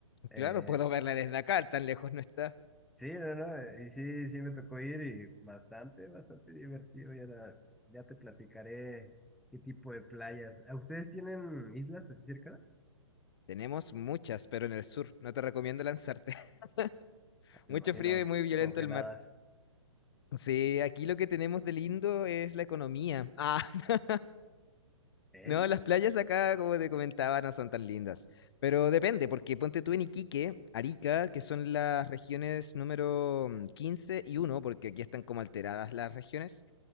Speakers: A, in the centre; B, on the left (about 55°).
A: Eh,
B: claro, puedo verla desde acá, tan lejos no está.
A: sí, no, no, y sí, sí me tocó ir y bastante, bastante divertido. Ya, era- ya te platicaré qué tipo de playas. ¿A ¿Ustedes tienen islas así cerca?
B: Tenemos muchas, pero en el sur, no te recomiendo lanzarte. <laughs> Mucho
A: Me imagino,
B: frío y muy violento
A: congeladas.
B: el mar. Sí, aquí lo que tenemos de lindo es la economía. Ah, <laughs>
A: ¿Eh?
B: no, las playas acá, como te comentaba, no son tan lindas. Pero depende, porque ponte tú en Iquique, Arica, que son las regiones número mm, 15 y uno, porque aquí están como alteradas las regiones.